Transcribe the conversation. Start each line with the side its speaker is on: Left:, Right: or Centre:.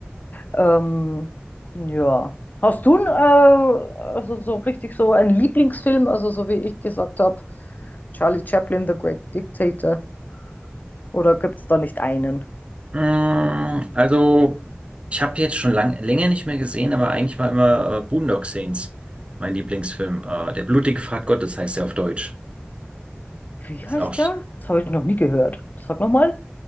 Left: Ähm, ja. Hast du, n, äh, also so richtig so einen Lieblingsfilm, also so wie ich gesagt habe, Charlie Chaplin, The Great Dictator, oder gibt es da nicht einen?
Right: Mm, Also, ich habe jetzt schon lang, länger nicht mehr gesehen, aber eigentlich war immer äh, Boondock Saints mein Lieblingsfilm. Äh, Der blutige Pfad Gottes heißt er auf Deutsch.
Left: Wie
Right: Ist
Left: heißt
Right: auch
Left: der? Das habe ich noch nie gehört. Sag nochmal.